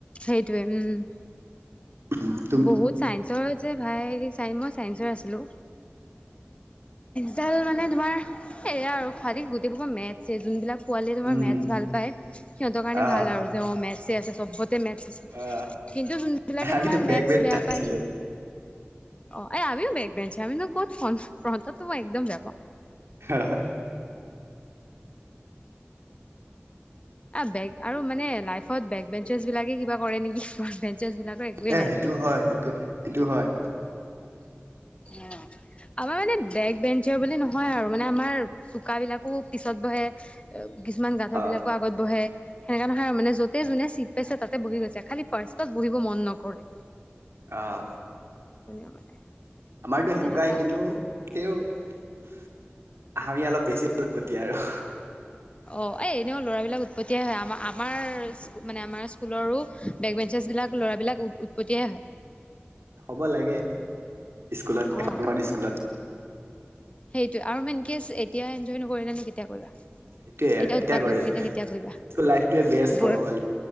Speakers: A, on the left; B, on the right.
A: সেইটোৱে উম,
B: উম,
A: বহুত চাইন্সৰ যে ভাই চাই মই চাইন্সৰ আছিলোঁ ডাল মানে তোমাৰ সেয়া আৰু খোৱাদি গোটেই খোব মেট ছে যোনবিলাক পোৱালীয়ে তোমাৰ
B: উম
A: মেথছ ভাল পায় সিহঁতৰ কাৰণে
B: আহা
A: ভাল আৰু যে অ', মেথছে আছে চবতে মেথছ আছে
B: আহ
A: কিন্তু যোনবিলাকে
B: আমিতো
A: তোমাৰ
B: বেক
A: মে
B: বেঞ্চাৰ
A: বেয়া পায়
B: আছিলো
A: অ', এই আমিও বেগ বেঞ্চাৰ আমিনো ক'ত ফ্ৰন্ট ফ্ৰন্টতটো মই একদম বেয়া পাওঁ।
B: হা, হা
A: বেগ আৰু মানে লাইফত বেগ বেঞ্চৰচ বিলাকে কিবা কৰে নেকি? বেঞ্চৰচ বিলাকৰ একোৱেই
B: এ
A: নাই।
B: সেইটো হয় সেইটো সেইটো হয়
A: অ', আমাৰ মানে বেক বেঞ্চৰ বুলি নহয় আৰু মানে আমাৰ চোক বিলাকো পিছত বহে কিছুমান গাধ
B: অ
A: বিলাকো আগত বহে সেনেকা নহয় মান যতে যোনে চিট পাইছে তাতে বহি গৈছে খালি পাৰ্ষত বহিব মন নকৰে
B: অঁ
A: উিয়ও মানে
B: আমাৰতো সেনেকুৱাই
A: তেনেকা
B: কিন্তু ক আমি অলপ বেছি উৎপতি আৰু
A: অ এ এনেও ল'ৰাবলাক উৎপত্তিয়ে হয় আমাৰ আমাৰ মানে আমাৰ স্কুলৰো বেক বেঞ্চেছবিলাক ল'ৰাবিলাক উপত্তিয়াই হয়
B: হ'ব লাগে স্কুলত
A: অ
B: এখন স্কুলত
A: সেইটোয়ে আৰু মনকছ এতিয়া এনজয় নকৰিলে নো কেতিয়া কৰিবা এতিয়া
B: সেইটোয়ে আৰু কেতিয়া
A: উৎপাত
B: কৰিম
A: নকৰিয়া কেতিয়া কৰিবা
B: স্কুল লাইফটোৱে বেষ্ট ক'ব
A: গৈ
B: গ'লে